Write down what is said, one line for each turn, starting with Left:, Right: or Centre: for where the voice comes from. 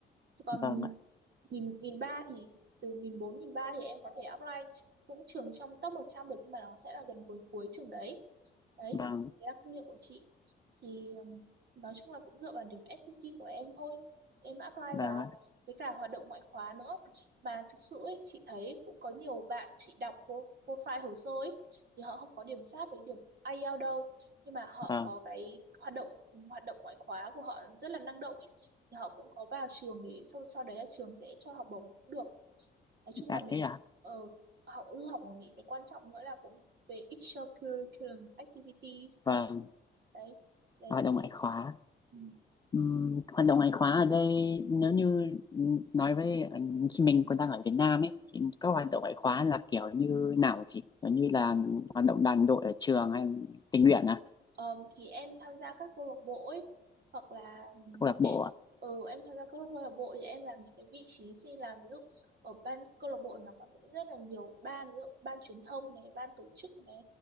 Right: Thì còn
Left: vâng
Right: 1.300
Left: ạ
Right: thì từ 1.400 1.300 thì em có thể apply cũng trường trong top 100 được nhưng mà nó sẽ là gần cuối cuối trường đấy đấy
Left: vâng
Right: đấy là kinh nghiệm của chị thì ừm, nói chung là cũng dựa vào điểm SAT của em thôi em apply
Left: vâng
Right: vào
Left: ạ
Right: với cả hoạt động ngoại khóa nữa mà thực sự ấy, chị thấy cũng có nhiều bạn chị đọc pro- profile hồ sơ ấy thì họ không có điểm sát với điểm IELTS đâu nhưng mà họ
Left: vâng
Right: có cái hoạt động hoạt động ngoại khóa của họ rất là năng động ấy thì họ cũng có vào trường để sau sau đấy là trường sẽ cho học bổng cũng được nói chung
Left: đã
Right: là mình
Left: thế à
Right: ờ, học du học ở Mỹ cái quan trọng nữa là cũng về extracurriculum activities
Left: vâng
Right: đấy đấy
Left: hoạt
Right: cái
Left: đồng ngoại khóa
Right: ừ.
Left: Ừm, hoạt động ngoại khóa ở đây nếu như ừm, nói với ờ, khi mình còn đang ở Việt Nam ấy thì các hoạt động ngoại khóa là kiểu như nào hả chị kiểu như là hoạt động đoàn đội ở trường hay tình nguyện à
Right: Ờm, thì em tham gia các câu lạc bộ ấy hoặc là ừm,
Left: câu lạc
Right: em
Left: bộ à,
Right: ừ, em tham gia các câu lạc bộ thì em làm những cái vị trí xin làm ví dụ ở ban câu lạc bộ nó có sẽ rất là nhiều ban ví dụ ban truyền thông này ban tổ chức này